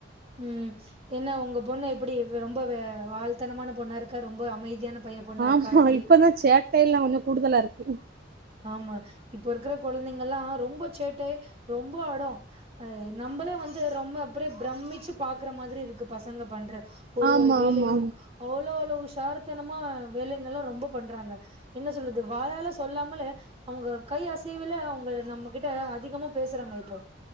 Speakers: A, on the right (about 30°); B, on the right (about 50°).
A: உம் என்ன உங்க பொண்ணு எப்டி ரொம்ப வாழ்தனமான பொண்ணா இருக்கா ரொம்ப அமைதியான பைய பொண்ணா
B: ஆமாம்
A: இருக்கா எப்டி
B: இப்பதான் சேட்டை எல்லா கொஞ்சம் கூடுதலா இருக்கு
A: ஆமா இப்ப இருக்கிற கொழந்தைங்க எல்லா ரொம்ப சேட்டை ரொம்ப அடம் நம்மளே வந்து ரொம்ப அப்டியே பிரமிச்சு பாக்குற மாதிரி இருக்கு பசங்க பண்ற ஒரு
B: ஆமா
A: ஒரு வேலையும்
B: ஆமா
A: அவ்ளோ அளவு சார்த்தனமா வேலைங்க எல்லா ரொம்ப பண்றாங்க என்ன சொல்றது வாயால சொல்லா மலே அவங்க கை அசைவுல அவங்க நம்ம கிட்ட அதிகமா பேசுறாங்க இப்போ